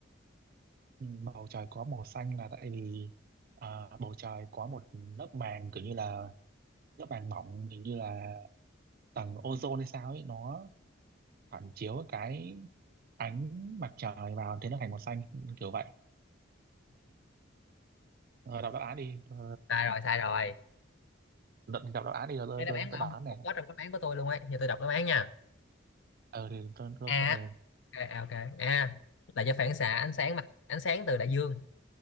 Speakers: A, on the right; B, on the left.
A: Ừ, bầu trời có màu xanh là tại vì à, bầu trời có một lớp màng kiểu như là lớp màng mỏng hình như là tầng ozone hay sao ấy nó phản chiếu cái ánh mặt trời vào thế nó thành màu xanh kiểu vậy Ờ, đọc đáp án đi Ờ,
B: sai rồi sai rồi
A: đọc, đọc đáp án đi rồi tôi
B: cái đáp
A: tôi,
B: án
A: tôi
B: của ông
A: đoán này
B: cũng có trong đáp án của tôi luôn ấy giờ tôi đọc đáp án nha
A: ờ thì tôi tôi
B: a
A: ờ
B: ok à, ok a là do phản xạ ánh sáng mặt ánh sáng từ đại dương